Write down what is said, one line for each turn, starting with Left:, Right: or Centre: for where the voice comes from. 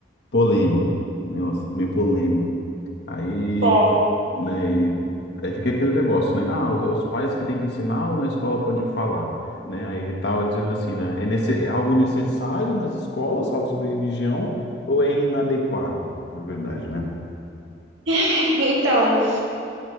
Left: Polêmico, né? Nossa, bem polêmico. Aí,
Right: Ó,
Left: né, e- aí fica aquele negócio, né? Ah, o- é os pais que têm que ensinar ou na escola pode falar, né? Aí ele tava dizendo assim, né? É, nesse, é algo necessário nas escolas falar sobre religião ou é inadequado, na verdade, né?
Right: <laughs> então,